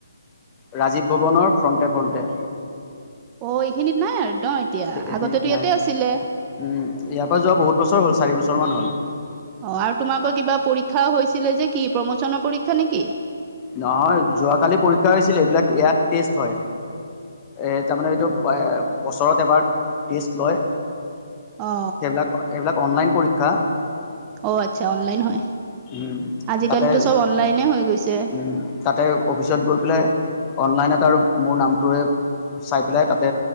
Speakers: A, on the left; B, on the right.
A: ৰাজীৱ ভৱনৰ ফ্ৰণ্টে ফ্ৰণ্টে।
B: অ এইখিনিত নাই আৰু ন এতিয়া
A: এইখিনিত
B: আগতেতো ইয়াতে
A: নাই
B: আছিলে।
A: উম, ইয়াৰ পৰা যোৱা বহুত বছৰ হ'ল চাৰি বছৰ মান হ'ল।
B: অ আৰু তোমালোকৰ কিবা পৰীক্ষাও হৈছিলে যে কি প্ৰমোচনৰ পৰীক্ষা নেকি?
A: নহয় যোৱাকালি পৰীক্ষা হৈছিলে এইবিলাক ইয়াত টেষ্ট হয়। এ তামানে এইটো এ বছৰত এবাৰ টেষ্ট লয়।
B: অ
A: সেইবিলাক এইবিলাক অনলাইন পৰীক্ষা।
B: অ আচ্ছা অনলাইন হয়।
A: উম
B: আজিকালিতো
A: তাতে
B: চব অনলাইনে হৈ গৈছে।
A: উম তাতে অফিচত গৈ পেলাই অনলাইনত আৰু মোৰ নামটোৱে চাই পেলাই তাতে